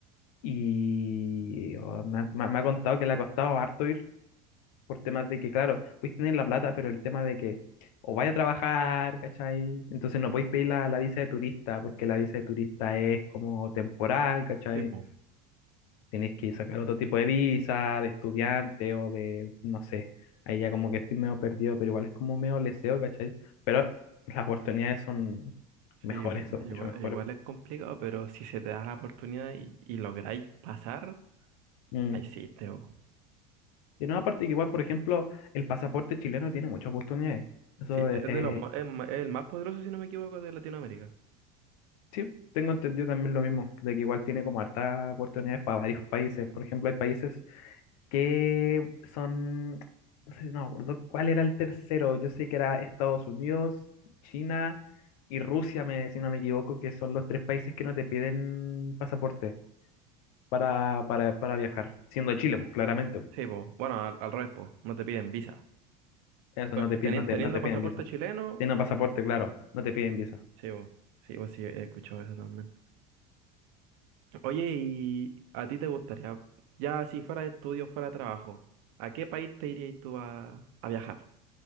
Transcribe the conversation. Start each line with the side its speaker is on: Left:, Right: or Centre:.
Left: Y oh, me ha, me ha- me ha contado que le ha costado harto ir por temas de que, claro, puedes tener la plata, pero el tema de que o vaya a trabajar, ¿cachai? Entonces no podéis pedir la, la visa de turista porque la visa de turista es como temporal, ¿cachai?
Right: Sí, po.
Left: Tienes que sacar otro tipo de visa, de estudiante o de, no sé, ahí ya como que estoy medio perdido, pero igual es como medio leseo, ¿cachai? Pero las oportunidades son mejores,
Right: Sí, po, igua-
Left: son
Right: igual,
Left: mucho mejores.
Right: igual es complicado, pero si se te da la oportunidad y, y lográis pasar,
Left: Mm.
Right: la hiciste. po.
Left: Y no, aparte que igual, por ejemplo, el pasaporte chileno tiene muchas oportunidades. Eso
Right: Sí, es
Left: eh, eh,
Right: de los, ma- es, ma- es el más poderoso, si no me equivoco, de Latinoamérica.
Left: sí, tengo entendido también lo mismo, de que igual tiene como hartas oportunidades para varios países. Por ejemplo, hay países que son, no sé, no me acuerdo cuál era el tercero, yo sé que era Estados Unidos, China y Rusia, me, si no me equivoco, que son los tres países que no te piden pasaporte para, para, para viajar, siendo Chile, pues claramente, pues.
Right: Sí, po. Bueno, al, al revés, po, no te piden visa.
Left: Eso
Right: Bueno,
Left: no te,
Right: teni-
Left: pi- no te,
Right: Teniendo,
Left: no te piden
Right: pasaporte
Left: visa.
Right: chileno,
Left: Teniendo pasaporte, claro, no te piden visa.
Right: sí, po. Sí, pues sí, he escuchado eso también. Oye, ¿y a ti te gustaría, ya si fuera de estudio, fuera de trabajo, ¿a qué país te irías tú a, a viajar?